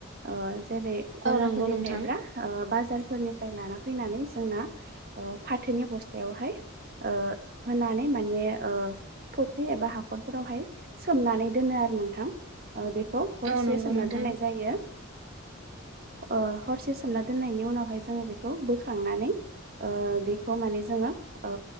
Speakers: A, on the right (about 45°); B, on the right (about 70°).
A: ओ जेरै गलाफोरनिफ्राय
B: औ नंगौ नोंथां
A: ब्रा ओ बाजार फोरनिफ्राय लाना फैनानै जोंना फाथोनि बस्थायावहाय ओ होनानै माने ओ फुख्रि एबा हाखरफोरावहाय सोमनानै दोनो आरो नोंथां बेखौ हरसे
B: औ नंगौ
A: सोमना
B: नोंथां
A: दोननाय जायो ओ हरसे सोमना दोननायनि उनावहाय जोङो बेखौ बोखांनानै ओ बेखौ माने जोङो ओ